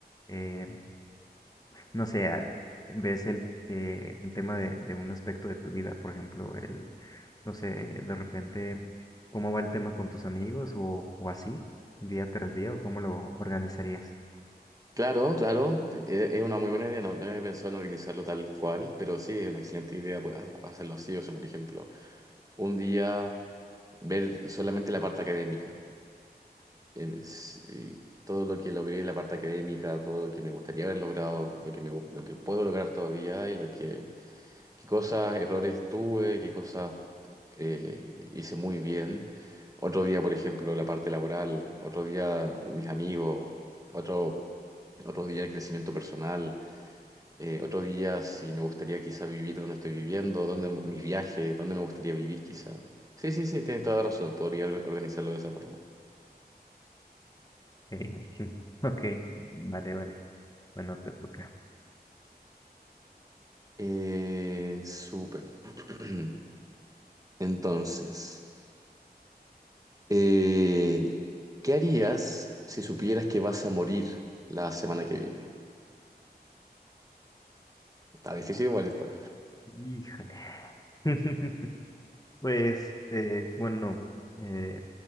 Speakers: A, on the left; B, on the right.
A: eh, no sé, a- ves el, eh, un tema de, de un aspecto de tu vida, por ejemplo, el, no sé, de repente, ¿cómo va el tema con tus amigos o, o así, día tras día, o cómo lo organizarías?
B: Claro, claro, e- e, es una muy buena idea, no, no he pensado en organizarlo tal cual, pero sí, es una excelente idea pues, ha- hacerlo así, o sea, por ejemplo, un día ver solamente la parte académica, em, s- y todo lo que logré en la parte académica, todo lo que me gustaría haber logrado, lo que me, gu- lo que puedo lograr todavía y lo que qué cosas, errores tuve, qué cosas eh, hice muy bien. Otro día, por ejemplo, la parte laboral, otro día mis amigos, otro, otro día el crecimiento personal, eh, otro día si me gustaría quizá vivir donde estoy viviendo, dónde mis viajes, dónde me gustaría vivir quizá. Sí, sí, sí, tienes toda la razón, podría organizarlo de esa forma.
A: <laughs> Ey, Ok, vale, vale. Bueno, te toca.
B: Eh, súper. <clears throat> Entonces... Eh, ¿qué harías si supieras que vas a morir la semana que viene? Está difícil igual está.
A: Híjole. <laughs> Pues, eh, bueno, eh,